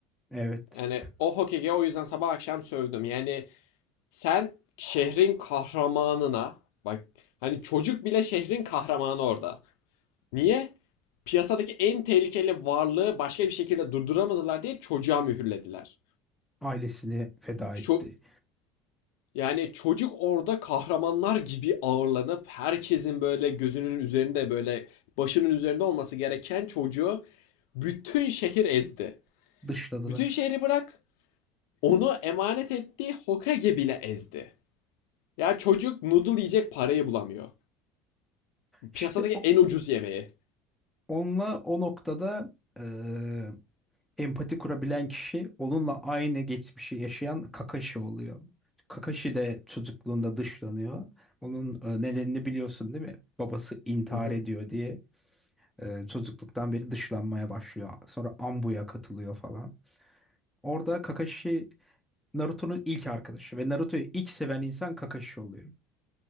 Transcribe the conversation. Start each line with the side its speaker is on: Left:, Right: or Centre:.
Centre: Evet.
Left: Yani o Hokage'ye o yüzden sabah akşam sövdüm. Yani Sen şehrin kahramanına bak hani çocuk bile şehrin kahramanı orada. Niye? Piyasadaki en tehlikeli varlığı başka bir şekilde durduramadılar diye çocuğa mühürlediler.
Centre: Ailesini feda
Left: Ço-
Centre: etti.
Left: yani çocuk orada kahramanlar gibi ağırlanıp herkesin böyle gözünün üzerinde böyle başının üzerinde olması gereken çocuğu bütün şehir ezdi.
Centre: Dışladılar.
Left: Bütün şehri bırak onu emanet ettiği Hokage bile ezdi. Ya çocuk noodle yiyecek parayı bulamıyor.
Centre: İşte
Left: Piyasadaki
Centre: o,
Left: en ucuz yemeği.
Centre: onunla o noktada eee, empati kurabilen kişi onunla aynı geçmişi yaşayan Kakashi oluyor. Kakashi de çocukluğunda dışlanıyor. Onun e, nedenini biliyorsun değil mi? Babası intihar
Left: Mhm.
Centre: ediyor diye e, çocukluktan beri dışlanmaya başlıyor. Sonra Ambu'ya katılıyor falan. Orada Kakashi Naruto'nun ilk arkadaşı ve Naruto'yu ilk seven insan Kakashi oluyor.